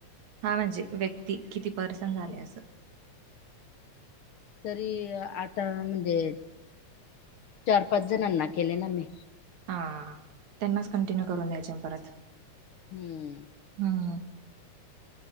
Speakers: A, on the right (about 75°); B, on the left (about 60°).
A: हा म्हणजे व्यक्ती किती परर्सन झाले असं
B: तरी आता म्हणजे चार पाच जणांना केले ना मी
A: हा त्यांनाच कंटिन्यू करून द्यायचे परत
B: हम्म
A: हम